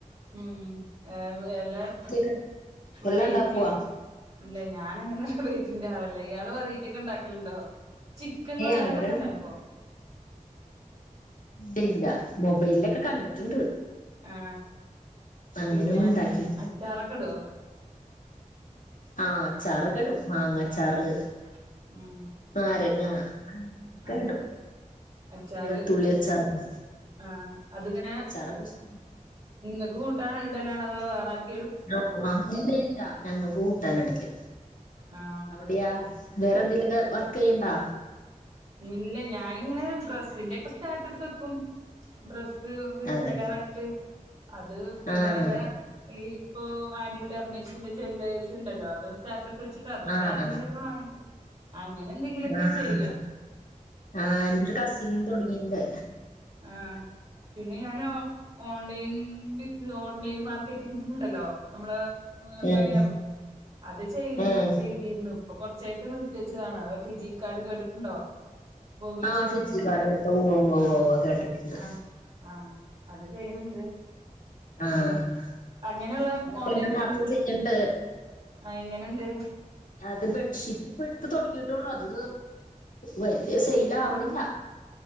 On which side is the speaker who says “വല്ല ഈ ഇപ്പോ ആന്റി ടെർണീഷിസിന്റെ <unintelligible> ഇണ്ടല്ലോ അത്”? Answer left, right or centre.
Right